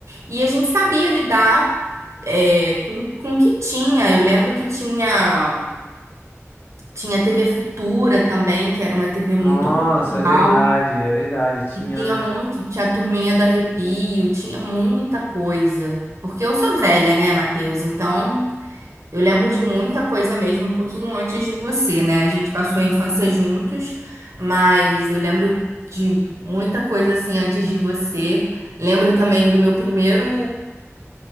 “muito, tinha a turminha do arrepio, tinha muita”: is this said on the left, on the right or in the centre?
Right